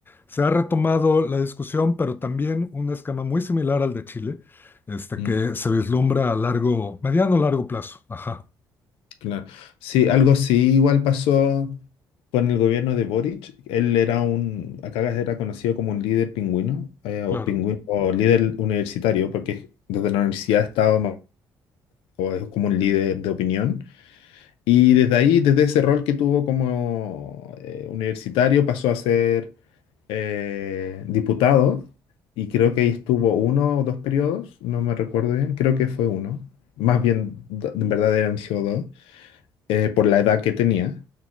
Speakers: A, on the left; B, on the left.
A: Se ha retomado la discusión, pero también un esquema muy similar al de Chile, este,
B: mm.
A: que se vislumbra a largo, mediano largo plazo. Ajá,
B: Claro. Sí, algo así igual pasó con el gobierno de Boric. Él era un, acá era conocido como un líder pingüino, eh, o
A: claro,
B: pingüino, o líder universitario, porque desde la universidad estaba ma- o es como un líder de opinión. Y desde ahí, desde ese rol que tuvo como eh, universitario, pasó a ser eh, diputado. Y creo que ahí estuvo uno o dos periodos, no me recuerdo bien, creo que fue uno. Más bien, d- en verdad eran sido dos eh, por la edad que tenía.